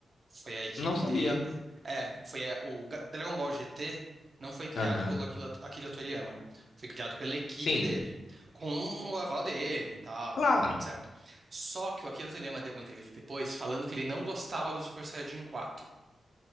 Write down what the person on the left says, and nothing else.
Não sabia.
Aham.
Sim,
claro.